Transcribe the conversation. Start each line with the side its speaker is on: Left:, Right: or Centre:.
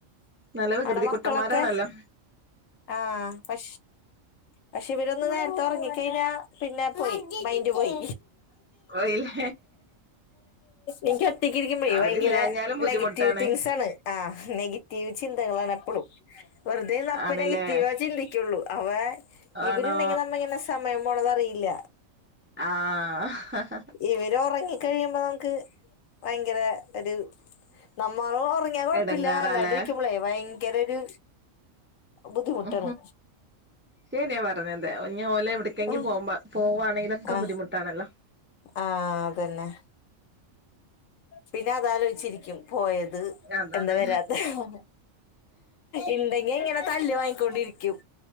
Right: നല്ല വികൃതി
Left: അവിടെ മക്കളൊക്കെ
Right: കുട്ടന്മാരാണല്ലോ.
Left: ആഹ് പ പക്ഷെ ഇവരൊന്ന് നേരത്തെ ഒറ - ക്കഴിഞ്ഞ പിന്നെ പോയി മൈന്റ് പോയി.
Right: പോയില്ലേ
Left: എനിക്ക് ഒറ്റക്കിരിക്കുമ്പേ
Right: അവരില്ലാഞ്ഞാലും
Left: ഭയങ്കര
Right: ബുദ്ധിമുട്ടാണ്
Left: നെ റ്റിവ് തിങ്ക്സ് ആണ് ആ നെഗറ്റീവ് ചിന്തകളാണ് എപ്പോളും വെറുതെ റാ
Right: ആണ്ല്ലേ
Left: നെഗറ്റീവ ചിന്തിക്കുള്ളൂ അവ ഇവരുണ്ടെങ്കി
Right: ആണോ
Left: നമ്മ ഇങ്ങനെ സമയം പോണതറിയില്ല
Right: ആഹ്
Left: ഇവര് ഉറങ്ങിക്കഴിയുമ്പോ നമുക്ക്. ഭയങ്കര ഒരു നമ്മ വൊ ഒറങ്ങിയാൻ കുഴപ്പില്ല
Right: എടങ്ങേറാല്ലേ
Left: അല്ലാണ്ട് ഇരിക്കുമ്പോളേ ഭയങ്കര ഒരു ബുദ്ധിമുട്ടാണ്
Right: ഉ ശരിയാ പറഞ്ഞത് ഞ്ഞ്ഓലെ എടുക്കെങ്കി
Left: ആ
Right: പോവുമ്പ പോകവാണെങ്കിലൊക്ക
Left: ആ
Right: ബുദ്ധിുട്ടാണല്ലോ
Left: ആ അതന്നെ പിന്നെ അതലോചിച്ചിരിക്കും പോയത്
Right: അതാണ്
Left: എന്താ വരാത്ത ഏഹ് ഇണ്ടെങ്കി ഇങ്ങനെ തല്ല് വാങ്ങിക്കൊണ്ടിരിക്കും